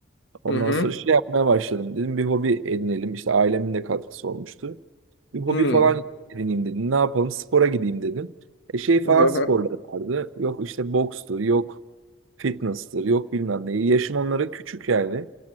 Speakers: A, on the right; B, on the left.
A: Ondan
B: Hı hı.
A: sonra şey yapmaya başladım. Dedim bir hobi edinelim. İşte ailemin de katkısı olmuştu. Bir hobi
B: Hı.
A: falan edineyim dedim. Ne yapalım spora gideyim dedim. E, şey
B: Hı
A: falan
B: hı.
A: sporları vardı. Yok işte bokstur, yok fitness'tır, yok bilmem ne. Yaşım onlara küçük yani.